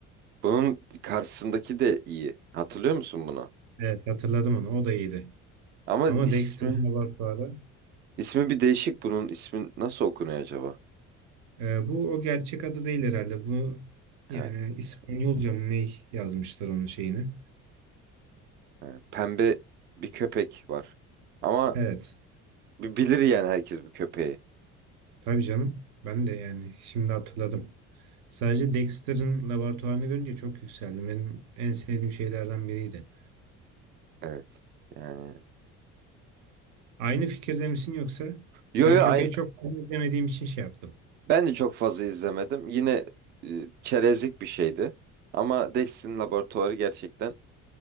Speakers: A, on the right (about 35°); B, on the right (about 75°).
A: Bunun karşısındaki de iyi. Hatırlıyor musun bunu?
B: Evet hatırladım onu. O da iyiydi.
A: Ama
B: Ama
A: ismi
B: Dexter'ın laboratuvarı.
A: ismi bir değişik bunun. ismi nasıl okunuyor acaba?
B: e, bu o gerçek adı değil herhalde. Bu yani
A: Evet.
B: İspanyolca mı ne yazmışlar onun şeyini.
A: e, Pembe bir köpek var. Ama
B: Evet.
A: bi- bilir yani herkes bu köpeği.
B: Tabii canım. Ben de yani şimdi hatırladım. Sadece Dexter'ın laboratuvarını görünce çok yükseldim. Benim en sevdiğim şeylerden biriydi.
A: Evet. Yani
B: Aynı fikirde misin yoksa?
A: yo
B: Ben
A: yo
B: köpeği
A: aynı,
B: çok fazla izlemediğim için şey yaptım.
A: ben de çok fazla izlemedim. Yine e, çerezlik bir şeydi. Ama Dex'in laboratuvarı gerçekten